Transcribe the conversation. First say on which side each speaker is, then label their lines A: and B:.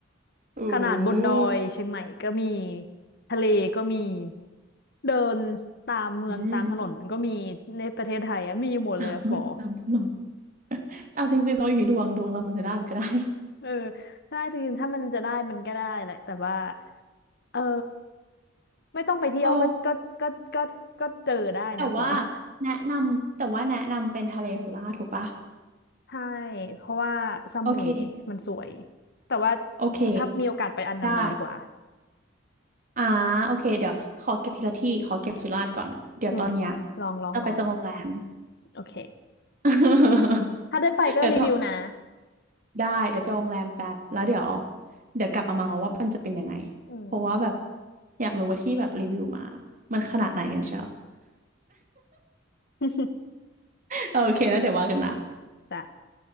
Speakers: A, on the right; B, on the left.
A: อื
B: ขนาดบนดอยเชียงใหม่ก็มี
A: ม
B: ทะเลก็มีเดินตามเมืองตามถนนก็มีในประเทศไทยอ่ะมีหมดเลยอ่ะฝอ
A: อืมตามเงินตามถนนเอาจริงๆเราอยู่ที่ดวงดวงเรามันจะได้มันก็ได้
B: เออใช่จริงๆถ้ามันจะได้มันก็ได้แหละแต่ว่าเออไม่ต้องไปเที่ยวก็ก็ก็ก็ก็เจอได้นะฝอ
A: เออแต่ว่า
B: <laughs>
A: แนะนำแต่ว่าแนะนำเป็นทะเลสุราษฎร์ถูกปะ
B: ใช่เพราะว่าสมุยมันสวย
A: โอเค
B: แต่ว่า
A: โอเค
B: ถ้ามีโอกาสไปอันดามันดีกว่า
A: ได้อ่าโอเคเดี๋ยวขอเก็บทีละที่ขอเก็บสุราษฎร์ก่อนเดี๋ยวตอนเนี้ย
B: อืมลองลองลอง
A: จะไปจองโรงแรม
B: โอเค
A: <laughs>
B: ถ้าได้ไปก็รีวิวนะ
A: เดี๋ยวจอง ได้เดี๋ยวจองโรงแรมแป๊บแล้วเดี๋ยวเดี๋ยวกลับมาเมาว่ามันจะเป็นยังไง
B: อืม
A: เพราะว่าแบบอยากรู้ว่าที่แบบรีวิวมามันขนาดไหนกันเชียว <laughs>
B: <laughs>
A: โอเคแล้วเดี๋ยวว่ากันนะ
B: จ้ะ